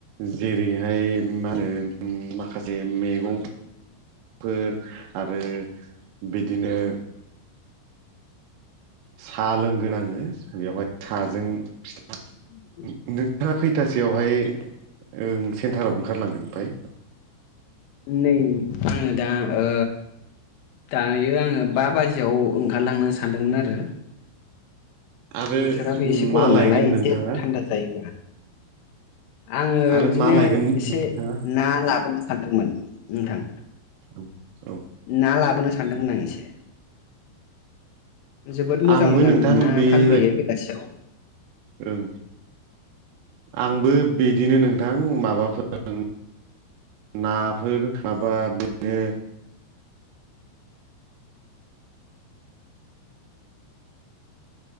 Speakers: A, on the right; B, on the left.
A: जेरैहाय मा होनो माखासे मेगं फोर आरो बिदिनो साहा लोंगोन आङो बेयावहाय साजों फिथा
B: <inaudible>
A: नोंथाङा खैथासोयावहायओ सेन्टाराव ओंखारलांगोन ओमफ्राय?
B: नै आङो दा ओ दायो आङो बा बाजियाव ओंखारलांनो सानदोंमोन आरो।
A: आरो
B: बोथोराबो एसे गरम
A: मा लायगोन
B: नालाय एसे
A: नोंथाङा
B: थान्दा जायोबा आङो
A: आरो
B: बिदिनो
A: मा लायगोन
B: एसे
A: नोंथाङा
B: ना लाबोनो सानदोंमोन नोंथां
A: औ औ
B: ना लाबोनो सानदोंमोन आं एसे जोबोद मोजां
A: आंबो
B: मोजां
A: नोंथां
B: ना
A: बेबायदि
B: फानफैयो बेलासियाव
A: ओं आंबो बिदिनो नोंथां माबाफोर नाफोर थाबा बिदिनो